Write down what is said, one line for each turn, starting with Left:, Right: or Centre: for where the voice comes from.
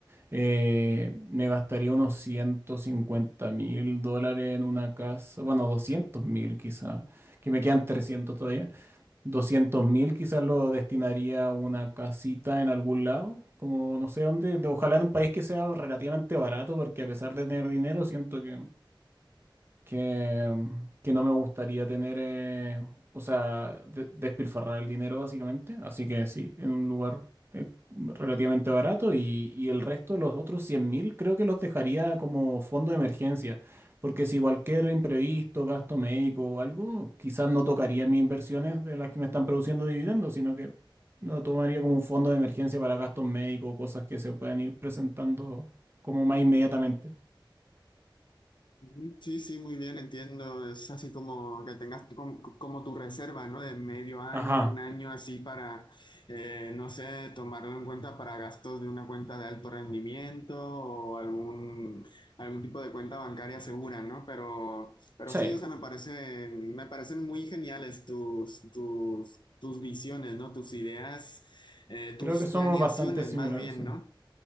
Right: eh, me gastaría unos 150 mil dólares en una casa, bueno, 200 mil quizá, que me quedan 300 todavía, Doscientos mil quizás lo destinaría a una casita en algún lado, como no sé dónde, de- ojalá en un país que sea relativamente barato, porque a pesar de tener dinero, siento que que, que no me gustaría tener, eh, o sea, de- despilfarrar el dinero básicamente. Así que sí, en un lugar eh, relativamente barato y, y el resto, los otros 100 mil, creo que los dejaría como fondo de emergencia. Porque si cualquier imprevisto, gasto médico o algo, quizás no tocaría mis inversiones de las que me están produciendo dividendos, sino que lo tomaría como un fondo de emergencia para gastos médicos, cosas que se puedan ir presentando como más inmediatamente.
Left: Ujú. Sí, sí, muy bien, entiendo. Es así como que tengas tu- como, como tu reserva, ¿no? De medio año,
Right: Ajá.
Left: un año así para, eh, no sé, tomarlo en cuenta para gastos de una cuenta de alto rendimiento o algún, algún tipo de cuenta bancaria segura, ¿no? Pero, pero
Right: Sí.
Left: sí, o sea, me parece, me parecen muy geniales tus, tus, tus visiones, ¿no? Tus ideas, eh,
Right: Creo
Left: tus
Right: que
Left: planeaciones
Right: somos bastante similares,
Left: más bien,
Right: sí.
Left: ¿no?